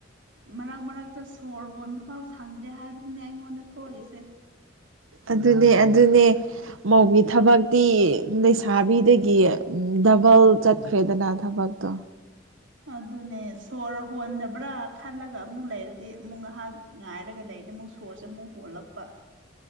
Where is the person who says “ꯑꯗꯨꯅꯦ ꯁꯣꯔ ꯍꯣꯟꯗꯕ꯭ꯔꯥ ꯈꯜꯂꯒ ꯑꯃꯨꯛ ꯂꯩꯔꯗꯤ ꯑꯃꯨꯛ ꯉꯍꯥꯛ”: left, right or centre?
Right